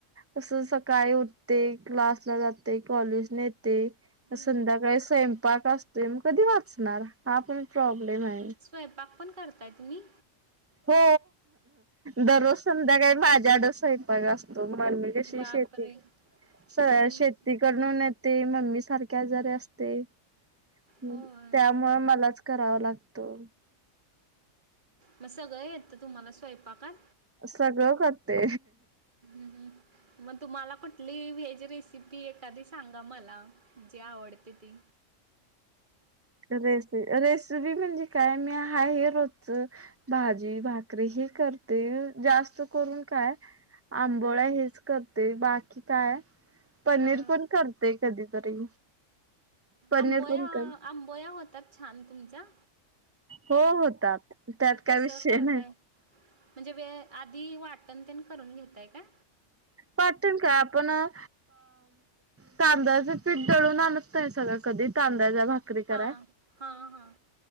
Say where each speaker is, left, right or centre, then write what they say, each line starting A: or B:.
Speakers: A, on the right; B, on the right.
A: तसं सकाळी उठते क्लासला जाते कॉलेजने येत ते
B: हम्म
A: संध्याकाळी स्वयंपाक असतोय मग कधी वाचणार हा आपण प्रॉब्लेम आहे
B: स्वयंपाक पण करताय तुम्ही
A: हो दररोज संध्याकाळी माझ्याड स्वयपाक असतो म म कशी
B: बापरे!
A: शेती सगळ्या
B: हम्म
A: शेती करूनेत मममी सारखे आजारी असते त्यामुळे
B: होय
A: मला करावा लागतो
B: मग सगळं येत तुम्हाला स्वयंपाकात
A: सगळं करते
B: हम्म हम्म मग तुम्हाला कुठली व्हेज रेसिपी एखादी सांगा मला जी आवडते ती
A: रेसि रेसिपी म्हणजे काय मी हा हे रोज भाजी भाकरी हे करते जास्त करून काय आंबोळा हेच करते बाकी काय पनीर
B: हा
A: पण करते कधीतरी पनीर
B: आंबोया
A: पण कर
B: आंबोया होतात छान तुमच्या
A: हो होतात त्यात
B: मग कसं
A: काय विषय
B: करताय?
A: नाही.
B: म्हणजे वे आधी वाटण तेन करून घेताय काय?
A: वाटण काय आपण अ तांदळाच पिठ दळून आणून सगळं कधी तां भाकरी
B: हा
A: करा
B: हा हा.